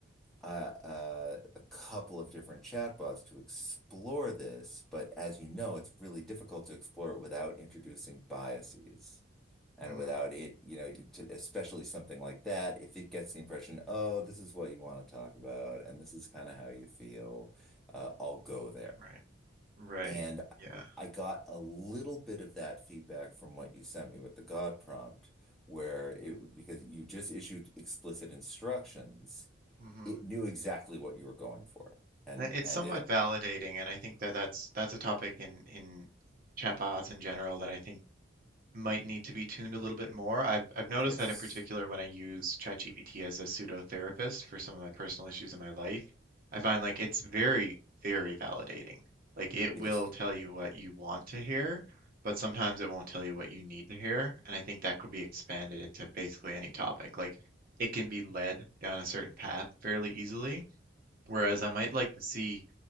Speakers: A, in the centre; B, on the right (about 45°).
A: uh, uh, a couple of different chatbots to explore this, but as you know,
B: Mhm.
A: it's really difficult to explore it without introducing biases. And
B: Mm,
A: without it, you know, to, especially something like that, if it gets the impression, oh, this is what you want to talk about, and this is kind of how you feel, uh, I'll go there.
B: right. Right.
A: And
B: Yeah.
A: I got a little bit of that feedback from what you sent me with the God prompt, where it,
B: yeah.
A: because you just issued explicit instructions,
B: hmm
A: it knew exactly what you were going for. And,
B: It's
A: and
B: somewhat
A: it,
B: validating, and I think that that's that's a topic in in chatbots in general that I think might need to be tuned a little bit more. I've I've noticed
A: yes,
B: that in particular when I use ChatGPT as a pseudo therapist for some of my personal issues in my life, I find like it's very, very validating. Like it
A: it
B: will
A: is.
B: tell you what you want to hear, but sometimes it won't tell you what you need to hear. And I think that could be expanded into basically any topic. Like it can be led down a certain path fairly easily, whereas I might like to see